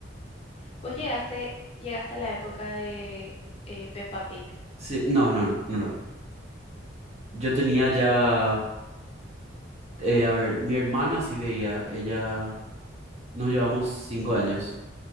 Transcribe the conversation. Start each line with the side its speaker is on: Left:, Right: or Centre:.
Left: Vos llegaste, llegaste a la época de eh, Peppa Pig,
Right: Sí, no, no, no, no, no. Yo tenía ya, eh, a ver, mi hermana sí veía, ella, nos llevamos cinco años.